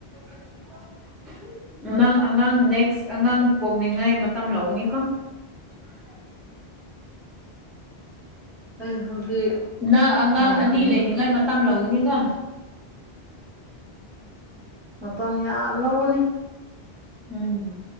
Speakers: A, in the centre; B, on the right (about 25°).
A: <unintelligible> ꯅꯪ ꯑꯉꯥꯡ ꯅꯦꯛꯁ ꯑꯉꯥꯡ ꯄꯣꯛꯅꯤꯡꯉꯥꯏ ꯃꯇꯝ ꯂꯧꯒꯅꯤꯀꯣ <unintelligible>
B: ꯑꯩ ꯍꯧꯖꯤꯛ
A: ꯅꯪ ꯑꯉꯥꯡ
B: ꯉꯥꯏꯈꯤꯅꯤ
A: ꯑꯅꯤ ꯂꯩꯅꯤꯡꯉꯥꯏ ꯃꯇꯝ ꯂꯧꯒꯅꯤꯀꯣ
B: ꯃꯇꯝ ꯌꯥꯝ ꯂꯧꯒꯅꯤ
A: ꯎꯝ